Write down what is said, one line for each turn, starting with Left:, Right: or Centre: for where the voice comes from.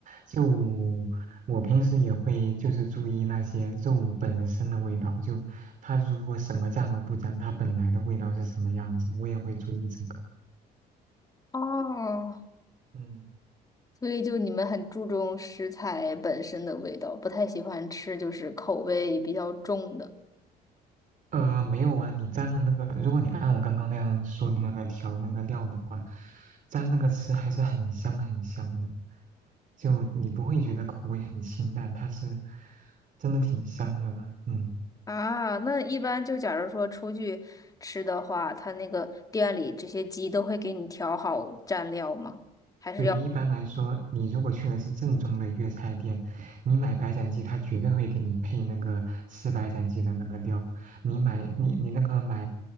Right: 就我平时也会就是注意那些肉本身的味道，就它如果什么酱都不沾，它本来的味道是什么样子，我也会注意这个。
Left: 哦，
Right: 嗯。
Left: 所以就你们很注重食材本身的味道，不太喜欢吃就是口味比较重的。
Right: 呃，没有啊，你蘸了那个，如果你按我刚刚那样说的那个调那个料的话，蘸那个吃还是很香很香的，就你不会觉得口味很清淡，它是真的挺香的，嗯。
Left: 啊，那一般就假如说出去吃的话，他那个店里这些鸡都会给你调好蘸料吗？还是要
Right: 对，一般来说，你如果去的是正宗的粤菜店，你买白斩鸡，他绝对会给你配那个吃白斩鸡的那个料。你买你你那个买，